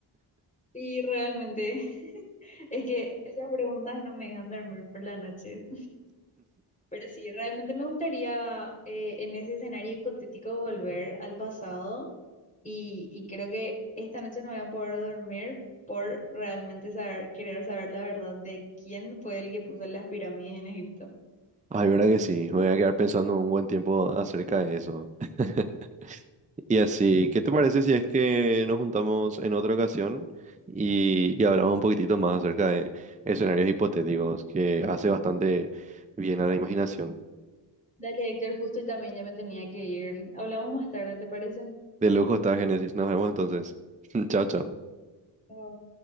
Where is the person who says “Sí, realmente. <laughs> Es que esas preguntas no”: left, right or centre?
Left